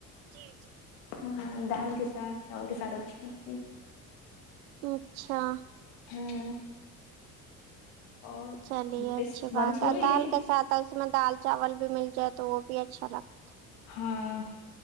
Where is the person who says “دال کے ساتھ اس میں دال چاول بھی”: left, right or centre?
Right